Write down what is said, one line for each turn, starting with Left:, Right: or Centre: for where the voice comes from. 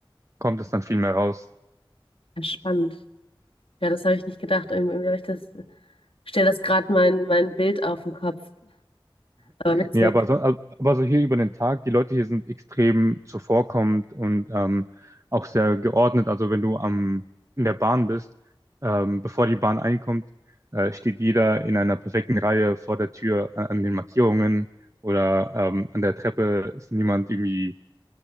Right: kommt es dann viel mehr raus.
Left: Ja, spannend. Ja, das habe ich nicht gedacht. Irgendwie irgendwie habe ich das, ich stelle das gerade mein, mein Bild auf den Kopf. Aber witzig.
Right: Nee, aber so, aber so hier über den Tag, die Leute hier sind extrem zuvorkommend und ähm, auch sehr geordnet. Also wenn du am, in der Bahn bist, ähm, bevor die Bahn einkommt, äh, steht jeder in einer perfekten Reihe vor der Tür an, an den Markierungen oder ähm, an der Treppe ist niemand irgendwie,